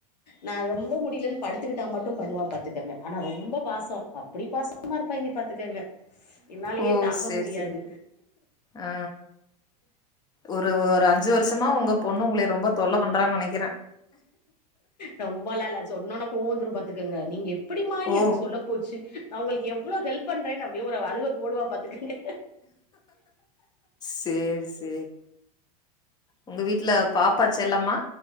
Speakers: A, on the left; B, on the left.
A: நா ரொம்பொ முடிலன் படுத்துக்கிட்டா மட்டும் பண்ணுவா பாத்துக்கங்க ஆனா ரொம்ப பாசம் அப்படி பாசமா இருப்பாய்ங்க பாத்துக்கங்க என்னாலயே
B: ஓ
A: தாங்க
B: சேரி
A: முடியாது
B: சேரி ஆ ஒரு ஒரு அஞ் சு வருஷமா உங்க பொண்ணு உங்களய ரொம்ப தொல்ல பண்றா நெனக்கிறேன்
A: ரொம்போலா ல்ல சொன்னோன்ன கோவந்துரு பாத்துக்கங்க நீங்கெப் டிம்மா நி
B: ஓ
A: அப்டி சொல்ல போச்சி நா உங்களுக்கு எவ்ளோ ஹெல்ப் பண்றேன்னு அப்டியே ஒரு அவ அழுக போடுவா பாத்துக்கங்க
B: சேரி சேரி உங்க வீட்ல பாப்பா செல்லமா